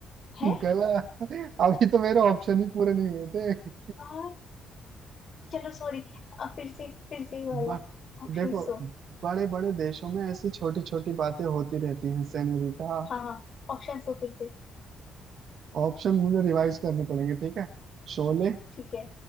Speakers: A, on the left; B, on the right.
A: है
B: गला अभी तो मेरे ऑप्शन ही पूरे नहीं हुए थे
A: यार चलो सॉरी फिर से फिर से ये वाला
B: ब,
A: ऑप्शन
B: देखो
A: दो
B: बड़े बड़े देशों में ऐसी छोटी छोटी बातें होती रहती हैं सेनोरिटा
A: हाँ हाँ ऑप्शन दो फिर से
B: ऑप्शन मुझे रिवाइज करने पड़ेंगे ठीक है Sholay
A: ठीक है